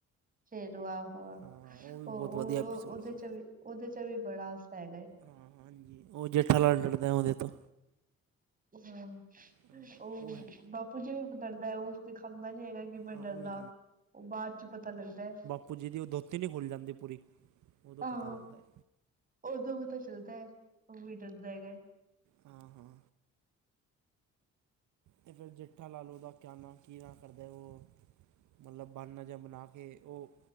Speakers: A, on the right (about 30°); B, on the right (about 75°).
A: ਸਰ ਆਹੋ ਆਹੋ।
B: ਹਾਂ
A: <unintelligible>
B: ਵੀ
A: ਉਹ
B: ਬਹੁਤ ਵਧੀਆ
A: ਉਹ
B: ਐਪੀਸੋਡ
A: ਉਹਦੇ
B: ਸੀ
A: ਚ ਵੀ ਉਹਦੇ ਚ ਵੀ ਬੜਾ ਹਾਸਾ ਹੈਗਾ।
B: ਹਾਂ ਹਾਂਜੀ। ਉਹ ਜੇਠਾ ਲਾਲ ਡਰਦਾ ਉਹਦੇ ਤੋਂ
A: ਹਾਂ,
B: ਹਾਂ,
A: ਉਹ
B: ਹੈ
A: ਬਾਪੂ ਜੀ ਵੀ ਡਰਦਾ ਉਹ ਦਿਖਾਂਦਾ ਨੀ ਹੈਗਾ। ਕਿ ਮੈਂ
B: ਹਾਂ
A: ਡਰਦਾ
B: ਉਹ ਵੀ
A: ਉਹ ਬਾਅਦ ਚ ਪਤਾ ਲੱਗਦਾ।
B: ਪੁੱਜੀ ਦੀ ਉਹ ਧੋਤੀ ਨੀ ਖੁੱਲ ਜਾਂਦੀ ਪੂਰੀ <unintelligible> ਉਦੋਂ
A: ਆਹੋ
B: ਪਤਾ ਲੱਗਦਾ ਹੈ
A: ਉਦੋਂ ਪਤਾ ਚੱਲਦਾ ੳਹ ਵੀ ਡਰਦਾ ਹੈਗਾ।
B: ਹਾਂ ਹਾਂ ਤੇ ਫੇਰ ਜੇਠਾ ਲਾਲ ੳਹਦਾ ਕਿਆ ਨਾ ਕਿ ਨਾ ਕਰਦਾ ਉਹ ਮਤਲਬ ਬਨਾ ਜਿਆ ਬਨਾ ਕੇ ਉਹ